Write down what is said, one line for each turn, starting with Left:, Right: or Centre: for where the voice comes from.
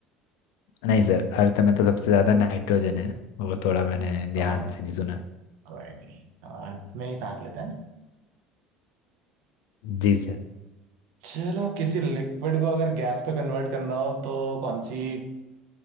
Left: नहीं सर अर्थ में तो सबसे ज्यादा नाइट्रोजन है वो थोड़ा मैंने ध्यान
Right: तो हम
Left: से नहीं सुना
Right: कोई नहीं अब में ही सांस लेते हैं ना
Left: जी सर
Right: चलो किसी लिक्विड को अगर गैस पे कन्वर्ट करना हो तो कौन सी